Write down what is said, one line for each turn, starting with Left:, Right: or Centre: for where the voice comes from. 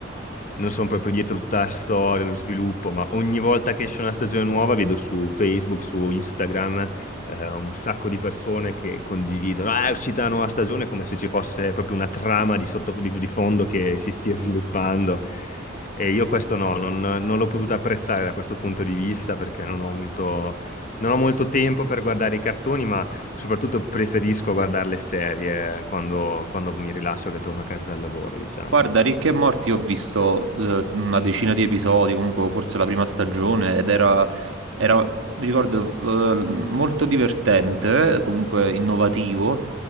Left: non sono proprio dietro tutta la storia, lo sviluppo, ma ogni volta che esce una stagione nuova vedo su Facebook, su Instagram eh, un sacco di persone che condividono, ah, è uscita la nuova stagione, come se ci fosse proprio una trama di, sotto, di, di fondo che si stia sviluppando. E io questo no, non, non l'ho potuto apprezzare da questo punto di vista perché non ho molto, non ho molto tempo per guardare i cartoni, ma soprattutto preferisco guardare le serie quando, quando mi rilasso che torno a casa dal lavoro, diciamo.
Right: Guarda, Rick e Morty ho visto eh, una decina di episodi, comunque forse la prima stagione, ed era, era, mi ricordo, l- molto divertente, comunque innovativo.